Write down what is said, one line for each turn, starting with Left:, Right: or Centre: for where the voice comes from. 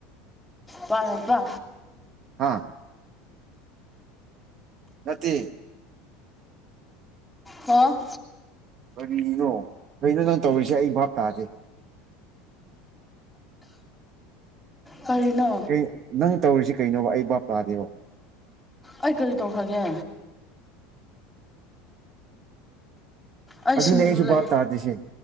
Centre: ꯄꯥꯔꯄ
Right: ꯍꯥ ꯅꯠꯇꯦ
Centre: ꯍꯣ
Right: ꯀꯔꯤꯅꯣ ꯀꯩꯅꯣ ꯅꯪ ꯇꯧꯔꯤꯁꯦ ꯑꯩ ꯚꯥꯞ ꯇꯥꯥꯗꯦ
Centre: ꯀꯔꯤꯅꯣ
Right: ꯀꯩ ꯅꯪ ꯇꯧꯔꯤꯁꯤ ꯀꯩꯅꯣꯕ ꯑꯩ ꯕꯥꯞ ꯇꯥꯗꯦꯕ
Centre: ꯑꯩ ꯀꯔꯤ ꯇꯧꯈ꯭ꯔꯒꯦ ꯑꯩ
Right: ꯑꯗꯨꯅꯦ
Centre: ꯁꯤꯡꯖꯨ
Right: ꯑꯩꯁꯨ
Centre: ꯂꯩ
Right: ꯚꯥꯞ ꯇꯥꯗ꯭ꯔꯤꯁꯦ